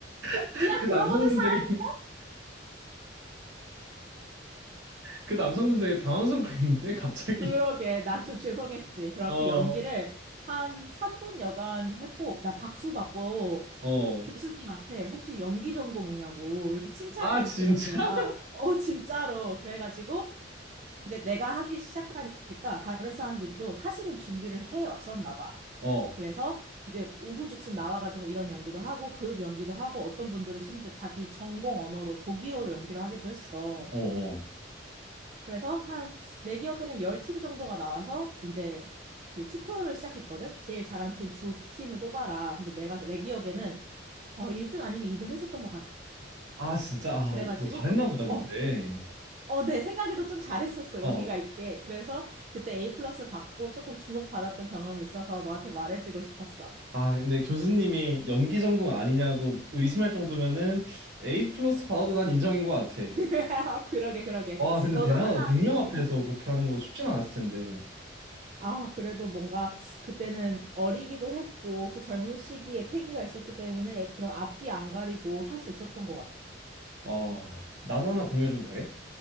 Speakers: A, on the right (about 65°); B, on the right (about 35°).
A: <laughs>
B: 네가
A: 그
B: 그러거든
A: 남성분
B: 사람.
A: 되게, <laughs> 그 남성분 되게 당황스럽겠는데, 갑자기.
B: 그러게 나 좀 죄송했지. 그렇게
A: 어,
B: 연기를 한 3분 여간 했고 나 박수 받고
A: 어.
B: 교수님한테 혹시 연기 전공이냐고 이렇게 칭찬까지
A: 아, 진짜?
B: 들은 거야.
A: <laughs>
B: 어 진짜로. 그래가지고 이제 내가 하기 시작하니까 다른 사람들도 사실은 준비를 해 왔었나 봐.
A: 어,
B: 그래서 이제 오후죽순 나와가지고 이런 연기도 하고 그룹 연기도 하고 어떤 분들은 심지어 자기 전공 언어로 독일어로 연기를 하기도 했어.
A: 어, 어.
B: 그래서 한 내 기억에는 열 팀 정도가 나와서 이제 그 투표를 시작했거든. 제일 잘한 팀 두 팀을 뽑아라. 근데 내가 내 기억에는 어 1등 아니면 2등 했었던 것 같아.
A: 아, 진짜? 아,
B: 그래가지고
A: 너 잘했나
B: 그어
A: 보다, 그때.
B: 어, 내 생각에도 좀 잘했었어.
A: 어.
B: 여기가 있게. 그래서 그때 A 플러스 받고 조금 주목받았던 경험이 있어서 너한테 말해주고 싶었어.
A: 아, 근데 교수님이 연기 전공 아니냐고 의심할 정도면은 A 플러스 받아도 난 인정인 것 같아.
B: <laughs> 그러게, 그러게.
A: 와, 근데
B: 너도
A: 대단하다.
B: 하나,
A: 100명 앞에서
B: 응.
A: 그렇게 하는 거 쉽진 않았을 텐데.
B: 아, 그래도 뭔가 그때는 어리기도 했고 그 젊은 시기에 패기가 있었기 때문에 그런 앞뒤 안 가리고 할 수 있었던 것 같아.
A: 어, 나도 하나 공유해줘도 돼?